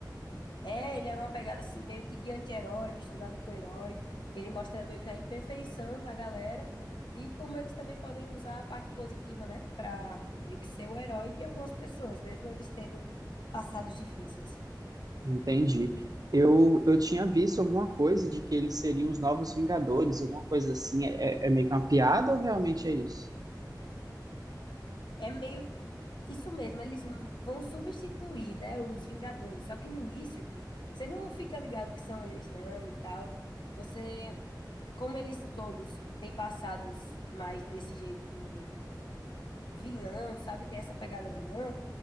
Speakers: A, on the left; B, on the right.
A: É, ele é uma pegada assim, meio que de anti-herói, misturado com herói, que ele mostra meio que a imperfeição da galera e como eles também podem usar a parte positiva, né? Pra meio que ser o herói de algumas pessoas, mesmo eles tendo passados difíceis.
B: Entendi. Eu, eu tinha visto alguma coisa de que eles seriam os novos Vingadores, alguma coisa assim. É, é- é meio que uma piada ou realmente é isso?
A: É meio Isso mesmo, eles hum, vão substituir, né, os Vingadores. Só que no início, você não fica ligado que são eles, não, e tal. Você, como eles todos têm passados mais desse jeito vilão, sabe? Tem essa pegada vilã.